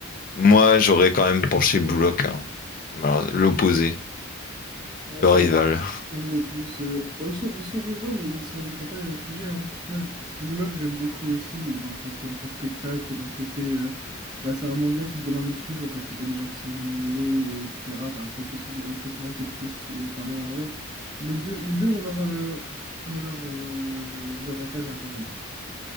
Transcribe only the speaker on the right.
Ouais,
c'est-
On est plus. euh, bon, ils sont, ils sont rivaux, mais ils sont, ils font pas les mêmes sujets. hein. Au final, Blue Lock, j'aime beaucoup aussi, euh, dans le côté un peu spectacle et dans le côté. euh, bah, c'est un manga qui te donne envie de suivre parce que t'as des gens qui sont éliminés, et etc. T'as un processus de recrutement qui est plutôt stylé. Enfin, non, en vrai, les deux, les deux ont leurs euh, ont leurs, euh, avantages et inconvénients.